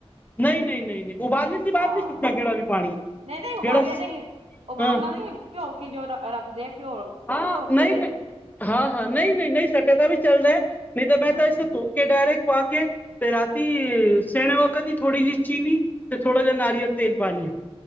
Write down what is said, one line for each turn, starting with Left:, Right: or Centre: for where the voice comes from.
Left: ਨਹੀਂ-ਨਹੀਂ, ਨਹੀਂ- ਨਹੀਂ ਉਬਾਲੇ ਕੇ ਬਾਅਦ
Right: ਹਾਂ
Left: ਨਈ ਸੁਟਨਾ ਕਿਹੜਾ ਵੀ ਪਾਣੀ,
Right: ਨਹੀਂ-ਨਹੀਂ ਉਬਾਲੇ
Left: ਜਿਹੜਾ
Right: ਨਹੀਂ ਉਬਾਲਣਾ
Left: ਹਾਂ
Right: ਨਹੀਂ ਆ ਭਿਓ ਕੇ ਜੋ ਰੱਖਦੇ ਆ। ਭਿਓ ਭਿਓ
Left: ਹਾਂ
Right: ਕੇ
Left: ਨਹੀ-ਨਹੀਂ
Right: ਦੇ
Left: ਹਾਂ-ਹਾਂ ਨਹੀਂ- ਨਹੀਂ, ਨਹੀਂ ਸੱਟਿਆ ਤਾਂ ਵੀ ਚੱਲ ਰਿਹਾ ਹੈ। ਨਹੀਂ ਤਾਂ ਮੈਂ
Right: ਹਾਂ
Left: ਤਾਂ ਇਸੇ ਧੋ- ਕੇ ਡਾਇਰੇੈਕਟ ਪਾ ਕੇ, ਤੇ ਰਾਤੀ ਸੇਣੇ ਵਕਤ ਹੀ ਥੋੜੀ ਜਿ ਚੀਨੀ। ਤੇ ਥੋੜਾ ਜਿਹਾ ਨਾਰੀਅਲ ਤੇਲ ਪਾਣੀ ਆ।